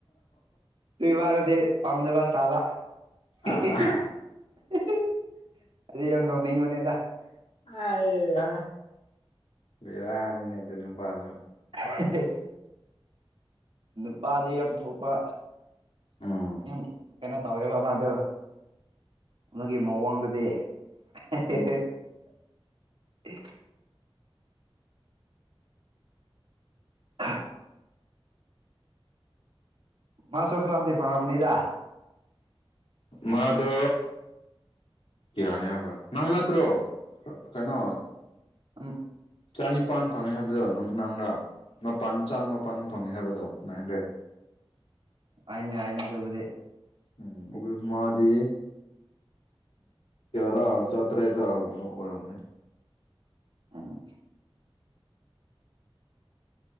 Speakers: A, on the right; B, on the left.
A: ꯇꯨꯏꯕꯅꯗꯤ ꯄꯥꯝꯗꯕꯁ ꯇꯥꯕ ꯑꯩꯗꯤ
B: ꯑꯥ
A: ꯌꯥꯝ ꯅꯧꯅꯤꯡꯕꯅꯦꯗ
B: ꯑꯥꯢꯌꯥ ꯕꯤꯔꯥꯅꯤꯅꯦ ꯑꯗꯨ ꯅꯨꯄꯥꯁꯨ
A: ꯍꯦꯍꯦ ꯅꯨꯄꯥꯗꯤ ꯌꯥꯝ ꯊꯣꯛꯄ
B: ꯎꯝ
A: ꯌꯥꯝ ꯀꯩꯅꯣ ꯇꯧꯋꯦꯕ ꯃꯥꯗ ꯑꯃꯒꯤꯒꯤ ꯃꯑꯣꯡꯗꯨꯗꯤ <unintelligible>
B: ꯎꯝ
A: ꯎꯝ ꯃꯥꯁꯨ ꯈꯔꯥꯞꯗꯤ ꯐꯪꯉꯝꯅꯤꯗꯗꯥ
B: ꯃꯥꯗꯣ ꯌꯥꯔꯅꯤ ꯍꯥꯏꯕ꯭ꯔꯥ ꯅꯪ ꯅꯠꯇ꯭ꯔꯣ ꯀꯩꯅꯣ
A: ꯑ
B: ꯆꯅꯤꯄꯥꯟ ꯐꯪꯉꯦ ꯍꯥꯏꯕꯗꯣ ꯅꯪꯗ ꯃꯄꯥꯟ ꯆꯃꯄꯜ ꯐꯪꯉꯦ ꯍꯥꯏꯕꯗꯣ ꯅꯥꯏꯟ ꯍꯟꯗ꯭ꯔꯦꯠ
A: ꯍꯥꯏꯅꯦ ꯍꯥꯏꯅꯦ ꯑꯗꯨꯕꯨꯗꯤ
B: ꯎꯝ ꯎ ꯃꯗꯤ ꯔ ꯆꯠꯇ꯭ꯔꯦꯔꯒ ꯑꯣꯔꯥꯎꯅꯦ
A: ꯑꯝ